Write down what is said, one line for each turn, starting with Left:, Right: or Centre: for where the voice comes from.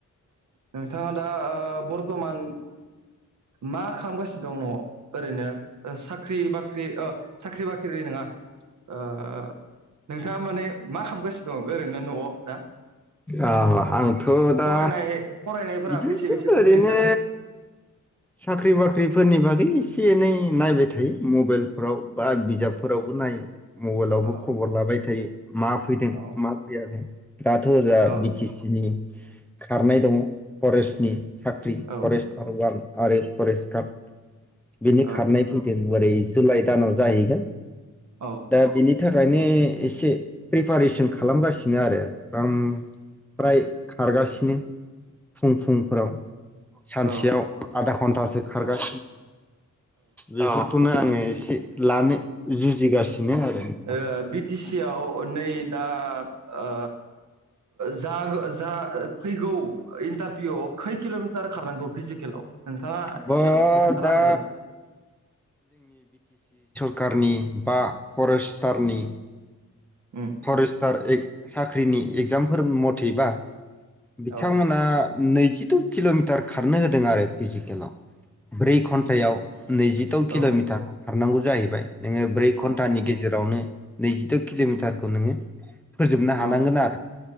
Right: नोंथाङा दा ओ बरथ'मान मा खालामगासिनो दं न'आव ओरैनो साख्रि बाख्रि ओ साख्रि बाख्रि नङा ओ नोंथाङा माने मा खालामगासिनो दं ओरैनो न'आव दा?
Centre: आं आंथ' थ' दा
Right: फरायनाय फरायनायफोरा
Centre: बिदिनोसै
Right: बेसे बेसे
Centre: ओरैनो
Right: कमप्लिट जाखो
Centre: साख्रि बाख्रि फोरनि बागै एसे एनै नायबाय थायो मबाइलफोराव बा बिजाबफोरावबो नायो। मबाइलावबो
Right: अ
Centre: खबर लाबाय थायो। मा फैदों
Right: औ
Centre: मा फैयाखै। दाथ' जा
Right: औ
Centre: बिटिसि नि खारनाय दङ। फरेस्टनि साख्रि
Right: औ
Centre: फरेस्टार वान आरे <unintelligible> फरेस्ट काप बिनि
Right: औ
Centre: खारनाय फैदों ओरै जुलाइ दानाव जाहैगोन।
Right: औ
Centre: दा बिनि थाखाय नो एसे प्रिपारेसन खालामगासिनो आरो आम फ्राय खारगासिनो फुं फुंफोराव सानसेयाव
Right: औ
Centre: आधा घन्टासो खारगा
Right: औ
Centre: बेफोरखौनो आङो एसे लानो जुजिगासिनो आरो नोंथां
Right: ओ बि टि सि आव नै दा ओ जा जा फैगौ इन्टारभिउआव खै किल'मिटार खारनांगौ फिजिकेलाव नोंथाङा
Centre: बा
Right: एसे खोन्थाना
Centre: दा
Right: होबानो जाबाय
Centre: कारनि बा फरेस्टारनि
Right: उम
Centre: फरेस्टार ए साख्रिनि एगजामफोर मथेबा बिथांमोना
Right: औ
Centre: नैजिद' किल'मिटार खारनो होदों आरो फिजिकेलाव ब्रै घन्टायाव नैजिद' किल'मिटार।
Right: औ
Centre: खारनांगौ जाहैबाय। नोङो ब्रै घन्टानि
Right: औ
Centre: गेजेरावनो नैजिद' किल'मिटार नोङो फोजोबनो हानांगोन
Right: औ
Centre: आरो